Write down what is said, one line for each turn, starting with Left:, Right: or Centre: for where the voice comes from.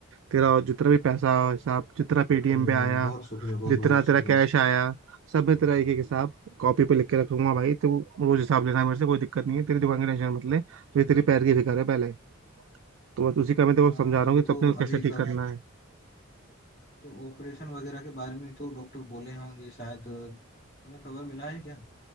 Right: तेरा जितना भी पैसा हिसाब जितना पेटीएम
Left: भाई भाई
Right: पे आया
Left: भाई बहुत शुक्रिया बहुत
Right: जितना
Left: बहुत शुक्रिया
Right: तेरा कैश आया सब मैं तेरा एक एक हिसाब कॉपी पे लिख के रखूंगा भाई तो रोज हिसाब लेना मेरे से कोई दिक्कत नहीं है तेरी दुकान की टेंशन मत ले मुझे तेरी पैर की फिक्र है पहले तो बस उसी का मैं तेरे
Left: हाँ
Right: को समझा
Left: हाँ वो
Right: रहा हूँ कि
Left: तो
Right: तो अपने को कैसे
Left: अभी
Right: ठीक
Left: कर
Right: करना है
Left: तो ऑपरेशन वगैरह के बारे में तो डॉक्टर बोले होंगे शायद तुम्हें खबर मिला है क्या